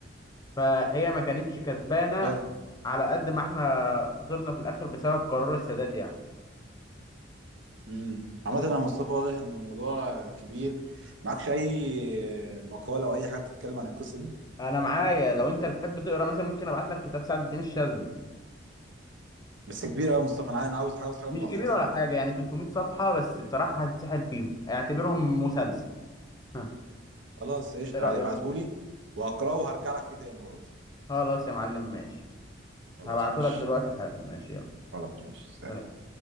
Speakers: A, on the left (about 20°); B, on the right (about 80°).
A: فهي ما كانتش كسبانه
B: طيب
A: على قد ما احنا خسرنا في الاخر بسبب قرار السادات يعني
B: امم عامة يا مصطفى واضح ان الموضوع كبير معكش اي مقالة او اي حاجة بتتكلم عن القصة دي
A: انا معايا لو انت بتحب تقرا مثلا ممكن ابعت لك كتاب سعد الدين الشاذلي
B: بس كبير قوي يا مصطفى انا عايز عاوز عاوز حاجة
A: مش
B: ملخصة
A: كبير ولا
B: يا عم
A: حاجه يعني 300 صفحه بس بصراحه هتتسحل فيهم اعتبرهم مسلسل ها
B: خلاص قشطة
A: ايه رايك
B: عادي ابعتهولي وهقراه وهرجع لك فيه تاني برضه
A: خلاص يا معلم ماشي
B: خلاص
A: هبعته
B: ماشي
A: لك دلوقتي حالا ماشي
B: خلاص ماشي سلام
A: يلا